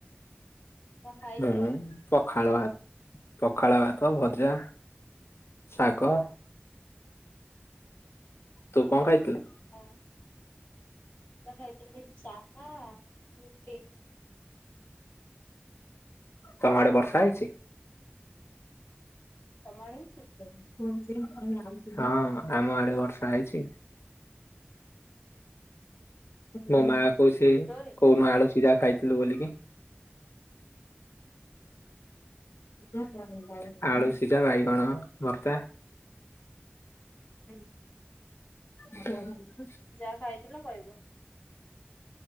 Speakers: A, on the left; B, on the left.
A: କଣ ଖାଇଥିଲ?
B: ମୁଁ ପଖାଳ ଭା ପଖାଳ ଭାତ, ଭଜା, ଶାଗ, ତୁ କଣ ଖାଇଥିଲୁ?
A: ହଁ। ମୁଁ ତ ଖାଇଥିଲି ଚାହା, ରୁଟି।
B: ତୋମ ଆଡେ ବର୍ଷା ହେଇଛି?
A: ତୋମ ଆଡ଼େ?
B: <unintelligible> ହଁ ଆମ ଆଡେ ବର୍ଷା ହେଇଛି। ମୋ ମା କହୁସି
A: ଜୋରେ
B: କୋଉ ଦିନ ଆଣୁଛୁ। କିରା ଖାଇଥିଲୁ ବୋଲିକି <unintelligible> ଆଳୁ ସିଝା ବାଇଗଣ ଭର୍ତ୍ତା
A: <unintelligible>
B: <unintelligible>
A: ଯାହା ଖାଇଥିଲ। ଶୋଇବ।